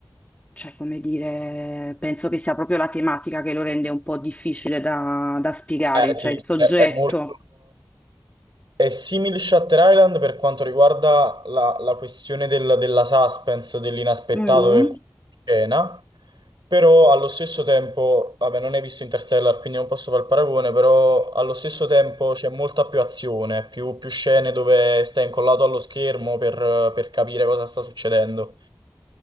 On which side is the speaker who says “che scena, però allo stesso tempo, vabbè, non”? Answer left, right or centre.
Right